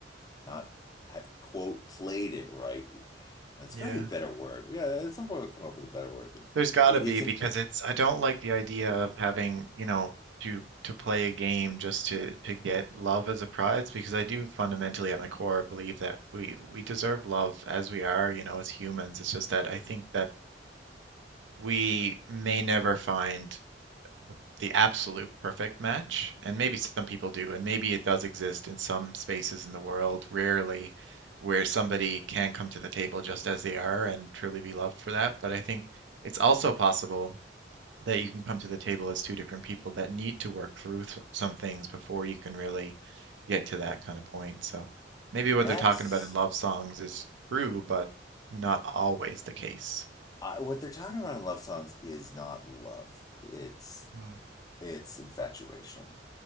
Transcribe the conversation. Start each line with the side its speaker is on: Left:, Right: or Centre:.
Left: not had quote played it right. You know, it's
Right: Yeah.
Left: got to be a better word. Yeah, at some point we'll come up with a better word because
Right: There's
Left: it,
Right: got
Left: it
Right: to be
Left: isn't.
Right: because it's I don't like the idea of having, you know, to to play a game just to to get love as a prize because I do fundamentally at my core believe that we we deserve love as we are, you know, as humans. It's just that I think that we may never find the, the absolute perfect match, and maybe some people do, and maybe it does exist in some spaces in the world, rarely, where somebody can come to the table just as they are and truly be loved for that. But I think it's also possible that you can come to the table as two different people that need to work through th- some things before you can really get to that kind of point. So maybe what
Left: That's
Right: they're talking about in love songs is true, but not always the case.
Left: I, what they're talking about in love songs is not love. It's
Right: Mm,
Left: it's infatuation.